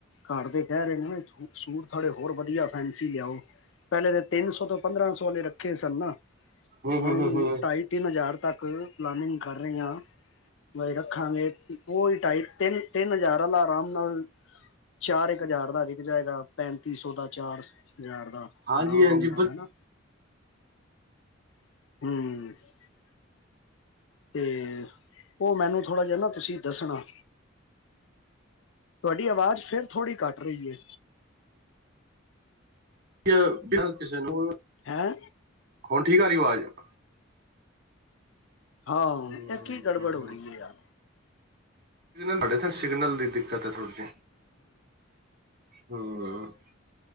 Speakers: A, on the left; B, on the right.
A: ਘਰ ਦੇ ਕਹਿ ਰਹੇ ਨੇ ਸੂਟ ਥੋੜੇ ਹੋਰ ਵਧੀਆ ਫੈਂਸੀ ਲਿਆਓ। ਪਹਿਲੇ ਤੇ ਤਿੰਨ ਸੌ ਤੋਂ ਪੰਦਰਾਂ ਸੌ ਵਾਲੇ ਰੱਖੇ ਸਨ ਨਾ।
B: ਹਮ
A: ਹੁਨ
B: ਹਮ ਹਮ ਹਮ
A: ਢਾਈ ਤਿੰਨ ਹਜ਼ਾਰ ਤੱਕ ਪਲਾਨਿੰਗ ਕਰ ਰਹੇ ਆ ਰੱਖਾਂਗੇ ਉਹ ਹੀ ਢਾਈ ਤਿੰਨ, ਤਿੰਨ ਹਜ਼ਾਰ ਆਰਾਮ ਨਾਲ ਚਾਰ ਕ ਹਜ਼ਾਰ ਦਾ ਜੇ। ਜਾਏਗਾ ਪੈਂਤੀ ਸੋ ਦਾ, ਚਾਰ ਹਜ਼ਾਰ ਦਾ।
B: ਹਾਂਜੀ-ਹਾਂਜੀ
A: ਅਰਾਮ ਨਾਲ ਹਨਾ? ਹੂਅ ਤੇ ਉਹ ਮੈਨੂੰ ਥੋੜ੍ਹਾ ਜਿਹਾ ਨਾ ਤੁਸੀਂ ਦੱਸਣਾ। ਤੁਹਾਡੀ ਅਵਾਜ਼ ਫਿਰ ਥੋੜ੍ਹੀ ਘੱਟ ਰਹੀ ਏ।
B: ਵਿਆਹ ਕਿਸੇ ਨੂੰ।
A: ਹੈਂ
B: ਹੁਨ ਠੀਕ ਆ ਰਹੀ ਆਵਾਜ਼? <unintelligible>
A: ਹਾਂ,
B: ਹੂੰ
A: ਇਹ ਕੀ ਗੜਬੜ ਹੋ ਰਹੀ ਹੈ? ਯਾਰ
B: ਸਿਗਨਲ ਸਾਡੇ ਇਥੇ ਸਿਗਨਲ ਦੀ ਦਿੱਖ! ਕਤ ਹੈ, ਥੋੜ੍ਹੀ ਜਿਹੀ। ਹਾਅ।